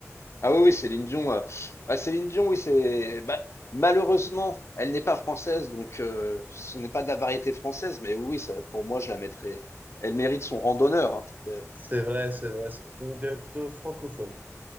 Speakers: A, on the left; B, on the right.
A: Ah oui, oui, Céline Dion. euh, bah, Céline Dion, oui, c'est. bah, malheureusement, elle n'est pas française, donc euh, ce n'est pas de la variété française. Mais oui, oui, ça, pour moi, je la mettrais. Elle mérite son rang d'honneur. hein.
B: C'est vrai, c'est vrai. c'est- On dirait plutôt francophone.